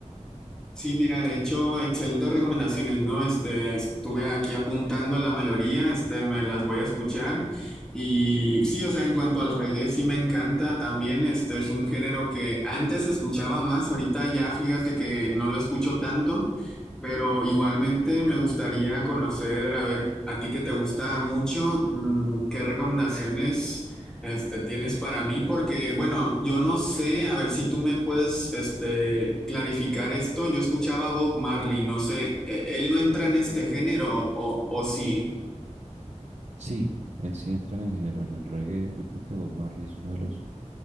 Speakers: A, in the centre; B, on the right.
A: Sí, mira, de hecho, excelentes recomendaciones, ¿no? Este, estuve aquí apuntando la mayoría, este, me las voy a escuchar. Y sí, o sea, en cuanto al reggae, sí me encanta también, este, es un género que antes escuchaba más, ahorita ya fíjate que no lo escucho tanto, pero igualmente me gustaría conocer, a ver, a ti que te gusta mucho, mm, ¿qué recomendaciones? Este, tienes para mí porque, bueno, yo no sé, a ver si tú me puedes, este, clarificar esto. Yo escuchaba a Bob Marley, no sé, ¿e- él no entra en este género o, o, o sí.
B: Sí, él sí entra en el género, en el reggae. Yo creo que Bob Marley es uno de los